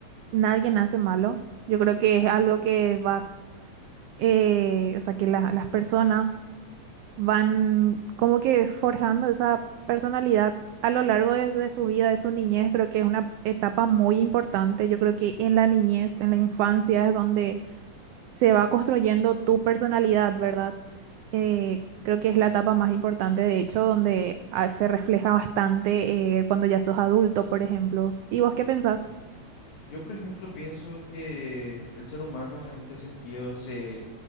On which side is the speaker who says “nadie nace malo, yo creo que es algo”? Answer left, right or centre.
Right